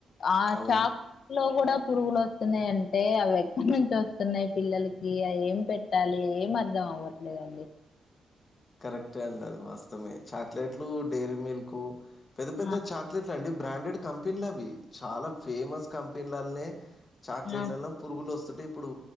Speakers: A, on the left; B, on the left.
A: ఆ
B: అవును.
A: చాక్లెట్లు కూడా పురుగులు వస్తున్నాయంటే అవి ఎక్కడ నుంచి వస్తున్నాయి పిల్లలకి ఏం పెట్టాలి ఏం అర్ధం అవ్వట్లేదండి
B: కరెక్ట్ ఏ అండి అది వాస్తమే చాక్లెట్లు డెయిరీ మిల్క్ పెద్ద పెద్ద
A: ఆ!
B: చాక్లెట్ల అండి బ్రాండెడ్ కంపెనీలు అవి చాలా ఫేమస్ కంపెనీలనే చాక్లెట్లలో
A: ఆ!
B: పురుగులు వస్ స్తుంటే ఇప్పుడు